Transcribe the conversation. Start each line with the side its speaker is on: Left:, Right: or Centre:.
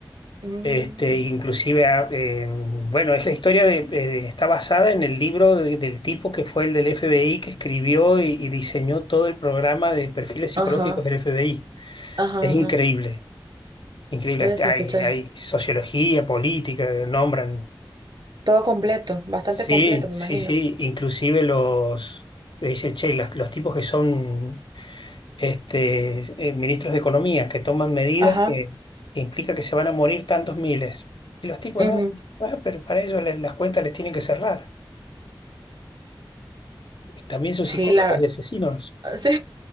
Right: Mm,
Left: este,
Right: mm.
Left: inclusive, ah, eh, bueno, es la historia de, eh, está basada en el libro de- del tipo que fue el del FBI que escribió y y diseñó todo el programa de perfiles psicológicos
Right: Ajá.
Left: del FBI.
Right: Ajá.
Left: Es increíble,
Right: Ajá.
Left: increíble.
Right: Voy
Left: Este,
Right: a escuchar.
Left: Hay, hay sociología, política, nombran.
Right: Todo completo, bastante
Left: Sí,
Right: completo, me
Left: sí,
Right: imagino.
Left: sí. Inclusive los, le dice, che, los, los tipos que son este, eh, ministros de economía, que toman medidas
Right: Ajá.
Left: que, que implica que se van a morir tantos miles. Y los tipos
Right: ujú.
Left: no, "Ah, pero para ellos les- las cuentas les tienen que cerrar. También son
Right: Sí,
Left: psicópatas
Right: la.
Left: y asesinos.
Right: <laughs> sí.